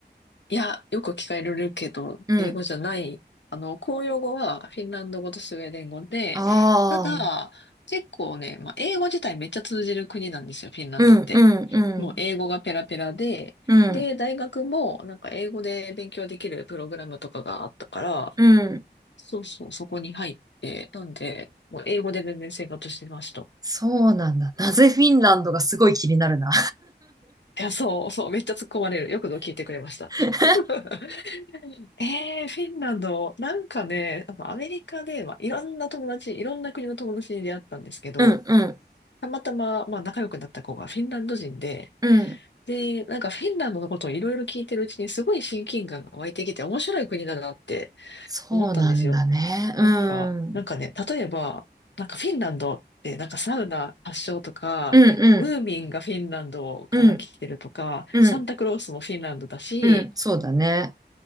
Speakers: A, on the left; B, on the right.
A: いや、よく聞かれるけど、
B: うん。
A: 英語じゃない。あの、公用語はフィンランド語とスウェーデン語で、
B: あ
A: ただ、
B: あ。
A: 結構ね、まあ、英語自体めっちゃ通じる国なんですよ、フィンランドって。
B: うんうんうん。
A: もう英語がペラペラで、
B: うん。
A: で、大学もなんか英語で勉強できるプログラムとかがあったから、
B: うん。
A: そうそう、そこに入って、なんで、もう英語で全然生活してました。
B: そうなんだ。なぜフィンランドがすごい気になるな。
A: いや、そう、そう、めっちゃ突っ込まれる。よくぞ聞いてくれました。
B: <laughs>
A: <laughs> ええフィンランド、なんかね、やっぱアメリカで、まあ、いろんな友達、いろんな国の友達に出会ったんですけど、
B: うんうん
A: たまたま、まあ、仲良くなった子がフィンランド人で、
B: うん。
A: で、なんかフィンランドのことをいろいろ聞いてるうちにすごい親近感が湧いてきて面白い国だなって
B: そうなんだね。
A: 思ったんですよ。
B: うん。
A: なんか、なんかね、例えば、なんかフィンランドってなんかサウナ発祥とか、
B: うんうん
A: ムーミンがフィンランドから来てるとか、
B: うんうん
A: サンタクロースもフィンランドだし、
B: うん。そうだね。